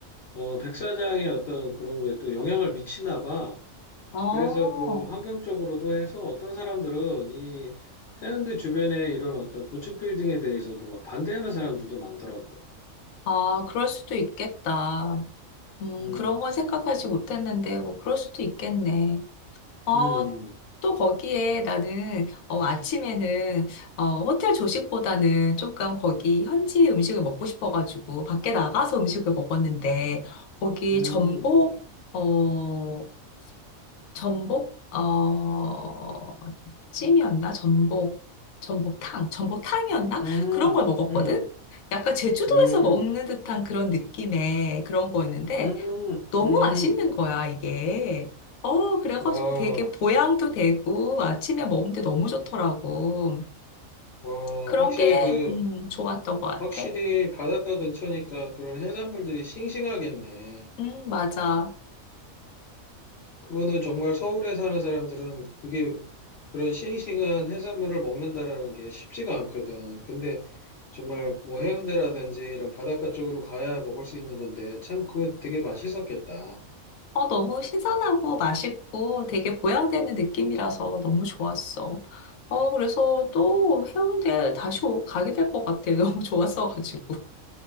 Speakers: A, on the left (about 55°); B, on the left (about 80°).
A: 어 백사장의 어떤 그런 거에 또 영향을 미치나 봐.
B: 어.
A: 그래서 그 환경적으로도 해서 어떤 사람들은 이 해운대 주변에 이런 어떤 고층 빌딩에 대해서도 막 반대하는 사람들도 많더라고.
B: 아, 그럴 수도 있겠다. 음,
A: 음,
B: 그런 건 생각하지 못했는데, 뭐, 그럴 수도 있겠네. 어,
A: 음,
B: 또 거기에 나는 어, 아침에는 어, 호텔 조식보다는 조금 거기 현지 음식을 먹고 싶어가지고 밖에 나가서 음식을 먹었는데 거기
A: 음,
B: 전복 어 전복 어 찜이었나 전복 전복탕 전복탕이었나
A: 음,
B: 그런 걸 먹었거든.
A: 음,
B: 약간 제주도에서
A: 음,
B: 먹는 듯한 그런 느낌의 그런 거였는데
A: 음,
B: 너무
A: 음.
B: 맛있는 거야, 이게. 어, 그래가지고
A: 와,
B: 되게 보양도 되고 아침에 먹는데 너무 좋더라고.
A: 와,
B: 그런
A: 확실히
B: 게,
A: 그,
B: 음, 좋았던 것 같아.
A: 확실히 바닷가 근처니까 그런 해산물들이 싱싱하겠네.
B: 음, 맞아.
A: 그거는 정말 서울에 사는 사람들은 그게 그런 싱싱한 해산물을 먹는다라는 게 쉽지가 않거든. 근데 정말 뭐 해운대라든지 이런 바닷가 쪽으로 가야 먹을 수 있는 건데 참 그거 되게 맛있었겠다.
B: 어, 너무 신선하고 맛있고 되게 보양되는 느낌이라서 너무 좋았어. 어, 그래서 또 해운대 다시 오- 가게 될 것 같아. <laughs> 너무 좋았어가지고.